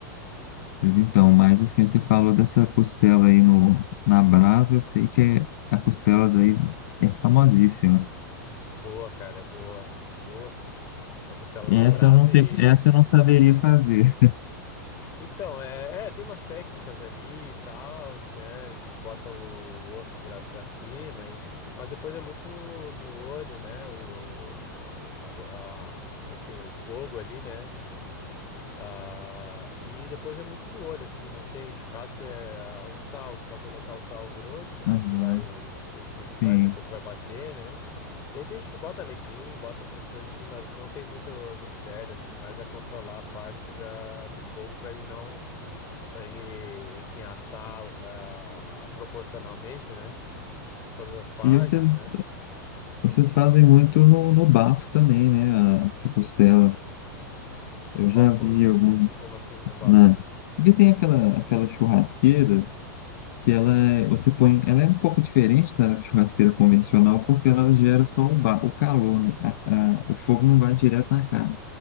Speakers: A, on the left (about 60°); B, on the left (about 30°).
A: Pois então, mas assim, você falou dessa costela aí no, na brasa, eu sei que é- a costela daí é famosíssima.
B: Boa, cara, é boa. Boa. É costela
A: Essa
B: na brasa
A: eu não sei,
B: e
A: essa eu não saberia fazer.
B: Então, é, é, tem umas técnicas ali e tal, é, a gente bota o, o osso virado pra cima, e, mas depois é muito no olho, né? O, a, a- a- enfim, o fogo ali, né? Ah, e depois é muito no olho, assim, não tem churrasco, é ah, o sal, tu vai colocar o sal grosso, né?
A: Aham,
B: Que vai, enfim,
A: sim.
B: vai, depois tu vai bater, né? E aí tem gente que bota alecrim, bota outras coisas assim, mas não tem muito mistério, assim, mais a controlar a parte da, do fogo para ele não para ele, enfim, assar ah, proporcionalmente, né? Todas as partes,
A: E vocês,
B: né?
A: vocês fazem muito no, no bafo também, né? A, essa costela. Eu
B: No bafo,
A: já
B: como,
A: vi algum
B: como assim no bafo?
A: na. Porque tem aquela, aquela churrasqueira que ela é- você põe, ela é um pouco diferente da churrasqueira convencional porque ela gera só o, ba, o calor, não- a- a- o fogo não vai direto na carne.